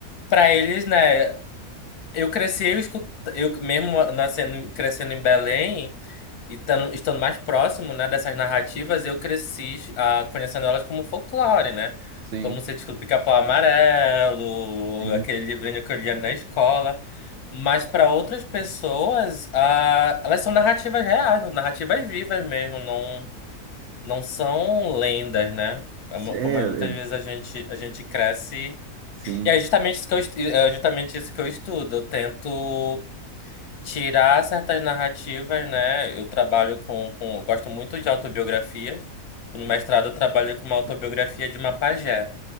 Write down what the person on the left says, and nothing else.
pra eles, né? Eu cresci, eu escuto, eu mesmo nascendo, crescendo em Belém e tando- estando mais próximo, né, dessas narrativas, eu cresci ah, conhecendo elas como folclore, né?
Como você escuta Pica-Pau Amarelo,
aquele livrinho que eu lia na escola. Mas para outras pessoas, ah, elas são narrativas reais, narrativas vivas mesmo, não, não são lendas, né? É uma-
Como muitas
vezes a gente, a gente cresce.
E é justamente isso que eu, estu- é justamente isso que eu estudo. Eu tento tirar certas narrativas, né? Eu trabalho com, com, eu gosto muito de autobiografias. No mestrado eu trabalho com uma autobiografia de uma pajé,